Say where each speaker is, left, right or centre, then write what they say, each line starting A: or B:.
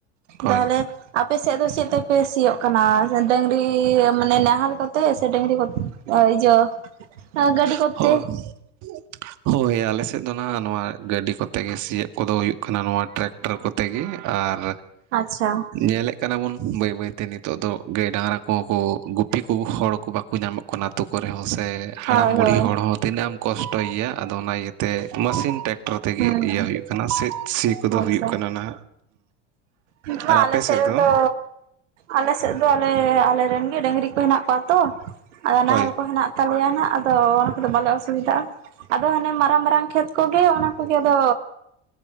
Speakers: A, on the right (about 55°); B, on the right (about 90°).
A: ᱦᱳᱭ᱾
B: ᱛᱟᱦᱚᱞᱮ ᱟᱯᱮ ᱥᱮᱫ ᱫᱚ ᱪᱮᱫ ᱛᱮᱯᱮ ᱥᱤᱭᱳᱜ ᱠᱟᱱᱟ ᱰᱟᱹᱝᱨᱤ ᱢᱟᱱᱮ ᱱᱟᱦᱮᱞ ᱠᱟᱛᱮ ᱥᱮ ᱰᱟᱹᱝᱨᱤ ᱠᱚᱛᱮ? ᱚᱭ ᱤᱭᱟ ᱜᱟᱹᱰᱤ ᱠᱚᱛᱮ
A: <unintelligible> ᱦᱳᱭ ᱟᱞᱮ ᱥᱮᱫ ᱫᱚ ᱱᱟᱦᱟᱜ ᱱᱚᱣᱟ ᱜᱟᱹᱰᱤ ᱠᱚᱛᱮ ᱜᱮ ᱥᱤᱭᱚᱜ ᱠᱚᱫᱚ ᱦᱩᱭᱩᱜ ᱠᱟᱱᱟ ᱱᱚᱣᱟ ᱴᱨᱮᱠ- ᱠᱴᱟᱨ ᱠᱚᱛᱮ ᱜᱮ, ᱟᱨ
B: ᱟᱪᱪᱷᱟ
A: ᱧᱮᱞᱮᱫ ᱠᱟᱱᱟ ᱵᱚᱱ ᱵᱟᱹᱭ ᱵᱟᱹᱭᱛᱮ ᱱᱤᱛᱚᱜ ᱫᱚ ᱜᱟᱹᱭ ᱰᱟᱝᱨᱟ ᱠᱚᱦᱚᱸ ᱠᱚ ᱜᱩᱯᱤ ᱠᱚ ᱦᱚᱲ ᱠᱚ ᱵᱟᱠᱚ ᱧᱟᱢᱚᱜ ᱠᱟᱱᱟ ᱾ ᱟᱛᱳ ᱠᱚᱨᱮ ᱦᱚᱸ ᱥᱮ ᱦᱟᱲᱟᱢ
B: ᱦᱳᱭ
A: ᱵ
B: ᱦᱳᱭ
A: ᱛᱤᱱᱟᱹᱜ ᱮᱢ ᱠᱚᱥᱴᱚᱭᱮᱭᱟ ᱟᱫᱚ ᱚᱱᱟ ᱤᱭᱟᱹᱛᱮ ᱢᱮᱥᱤᱱ ᱴᱠ ᱴᱮᱠᱴᱟᱨ ᱛᱮᱜᱮ
B: ᱦᱩᱸ
A: ᱤᱭᱟᱹ ᱦᱩᱭᱩᱜ ᱠᱟᱱᱟ ᱥᱤ ᱠᱚᱫᱚ
B: ᱟᱪᱪᱷᱟ
A: ᱦᱩᱭᱩᱜ ᱠᱟᱱᱟ ᱱᱟ᱾
B: ᱱᱤᱛ ᱢᱟ
A: ᱟᱨ ᱟᱯᱮ
B: ᱟᱞᱮ
A: ᱥᱮᱫ
B: ᱨᱮᱫᱚ
A: ᱫᱚ?
B: ᱟᱞᱮ ᱥᱮᱫ ᱫᱚ ᱟᱞᱮ ᱟᱞᱮᱨᱮᱱ ᱜᱮ ᱰᱟᱹᱝᱨᱤ ᱠᱚ ᱦᱮᱱᱟᱜ ᱠᱚᱣᱟ ᱛᱚ ᱟᱫᱚ
A: ᱦᱳᱭ
B: ᱱᱟᱦᱮᱞ ᱠᱚ ᱦᱮᱱᱟᱜ ᱛᱟᱞᱮᱭᱟ ᱱᱟᱱᱟᱜ ᱟᱫᱚ ᱚᱱᱟ ᱠᱚᱫᱚ ᱵᱟᱞᱮ ᱚᱥᱩᱵᱤᱫᱟᱜᱼᱟ, ᱟᱫᱚ ᱦᱟᱱᱮ ᱢᱟᱨᱟᱝ ᱢᱟᱨᱟᱝ ᱠᱷᱮᱛ ᱠᱚᱜᱮ ᱚᱱᱟ ᱩᱱᱠᱩ ᱜᱮ ᱟᱫᱚ